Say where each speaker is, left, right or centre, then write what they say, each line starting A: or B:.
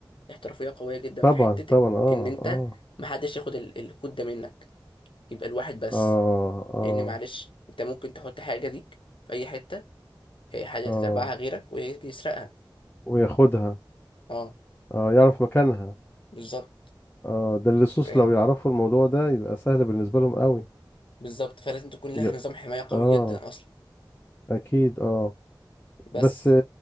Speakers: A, on the left; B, on the left.
A: احترافيه قويه جدا
B: طبعا
A: في حته
B: طبعا اه
A: ان انت
B: اه
A: محدش ياخد ال- الكود ده منك يبقى الواحد بس
B: اه اه
A: لان معلش انت ممكن تحط حاجه ليك في اي حته إيه حاجه
B: اه
A: تتبعها غيرك ويجي يسرقها
B: وياخدها
A: اه
B: اه يعرف مكانها
A: بالظبط
B: اه ده اللصوص
A: فاهم
B: لو يعرفوا الموضوع ده يبقى سهل بالنسبة لهم قوي
A: بالظبط فلازم تكون لها
B: ي-
A: نظام حمايه قوي
B: اه
A: جدا اصلا
B: اكيد اه
A: بس
B: بس